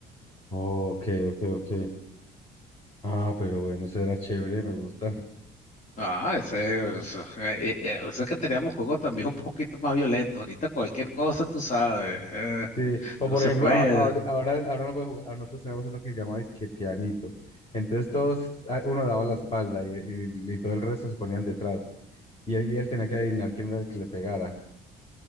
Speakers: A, on the left; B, on the left.
A: ok, ok, ok. Ah, pero bueno, eso era chévere, me gusta.
B: Ah, ese, es- eh, eh, eh, o sea que teníamos juegos también un poquito más violentos. Ahorita cualquier cosa, tú sabes, eh,
A: Sí, o
B: eso
A: por
B: no se
A: ejemplo,
B: puede.
A: a- ahor- ahora, ahora, no puede jugar, ahora nosotros tenemos uno que se llama que pianito. Entonces todos, ah, uno daba la espalda y, y- y todo el resto se ponían detrás. Y él, y él tenía que adivinar quién era el que le pegara. <laughs>